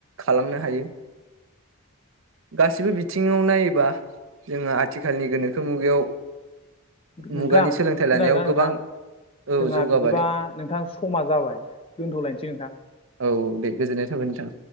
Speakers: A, on the right; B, on the left.
A: खालामनो हायो गासिबो बिथिङाव नायोबा जोङो थिखालनि गोनोखो मुगायाव
B: नोंथां
A: मुगानि सोलोंथाइ
B: खोनादोंना
A: लानायाव
B: नोंथां
A: गोबां औ
B: जोंहा
A: जौगाबाय
B: बिदिबा नोंथां समा जाबाय दोनथ'लायनोसै नोंथां।
A: औ दे गोजोननाय थाबाय नोंथां।